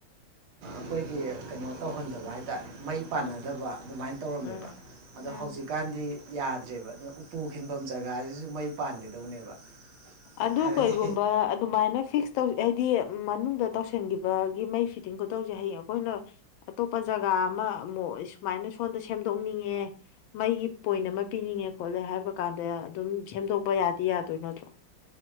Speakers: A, on the right; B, on the left.
A: ꯑꯩꯈꯣꯏꯒꯤ ꯀꯩꯅꯣ ꯇꯧꯍꯟꯗꯕ ꯍꯥꯏꯇꯥꯔꯦ ꯃꯩ ꯄꯥꯟꯅꯗꯕ ꯑꯗꯨꯃꯥꯏꯅ ꯇꯧꯔꯝꯃꯦꯕ
B: ꯎꯝ
A: ꯑꯗꯣ
B: ꯎꯝ
A: ꯍꯧꯖꯤꯛ ꯀꯥꯟꯗꯤ ꯌꯥꯗ꯭ꯔꯦꯕ ꯑꯗꯨꯅ ꯎꯄꯨ ꯈꯤꯟꯐꯝ ꯖꯒꯥꯁꯤꯁꯨ ꯃꯩ ꯄꯥꯟꯒꯗꯧꯅꯦꯕ
B: ꯑꯗꯨ
A: ꯍꯥꯏꯕꯗꯤ
B: ꯀꯩꯒꯨꯝꯕ ꯑꯗꯨꯃꯥꯏꯅ ꯐꯤꯛꯁ ꯍꯥꯏꯗꯤ ꯃꯅꯨꯡꯗ ꯇꯧꯁꯤꯟꯈꯤꯕꯒꯤ ꯃꯩ ꯐꯤꯇꯤꯡꯒꯣ ꯇꯧꯁꯦ ꯍꯌꯦꯡ ꯑꯩꯈꯣꯏꯅ ꯑꯇꯣꯞꯄ ꯖꯒꯥ ꯑꯃ ꯑꯃꯨꯛ ꯁꯨꯃꯥꯏꯅ ꯁꯣꯝꯗ ꯁꯦꯝꯗꯣꯛꯅꯤꯡꯉꯦ ꯃꯩꯒꯤ ꯄꯣꯏꯟ ꯑꯃ ꯄꯤꯅꯤꯡꯉꯦ ꯈꯣꯠꯂꯦ ꯍꯥꯏꯕ ꯀꯥꯟꯗ ꯑꯗꯨꯝ ꯁꯦꯝꯗꯣꯛꯄ ꯌꯥꯗꯤ ꯌꯥꯗꯣꯏ ꯅꯠꯇ꯭ꯔꯣ